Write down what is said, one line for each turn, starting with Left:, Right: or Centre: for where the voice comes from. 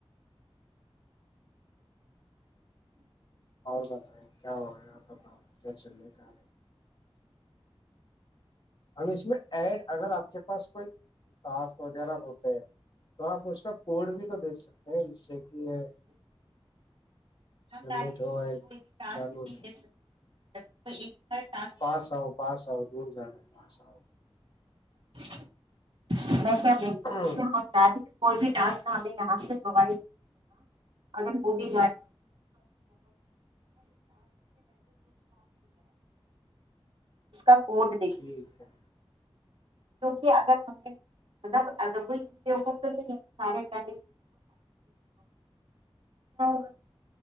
Right: ج <inaudible>
Left: اور بتائیں کیا ہو رہا ہے آپ بتاؤ کیا چل رہ کہ ہم اس میں ایڈ اگر آپ کے پاس کوئی کاس وغیرہ ہوتے ہیں تو آپ اس کا کوڈ بھی تو دیکھ سکتے ہیں جس سے کہ
Right: ک
Left: یہ
Right: جب
Left: سبمٹ ہو ہے،
Right: کو
Left: چالو ہو جائے
Right: <unintelligible>
Left: پاس آؤ پاس آؤ دور جا رہا پاس او
Right: ب <unintelligible>
Left: آؤ
Right: ہ تاری <unintelligible> کوئی بھی ٹک ہم یہاں سےڈ ہوگا ا بھی ف کا کوٹ د
Left: ٹھیک ہے
Right: کیکہ اگر ہم نے مطلب ا کو تو سارےیگا <unintelligible>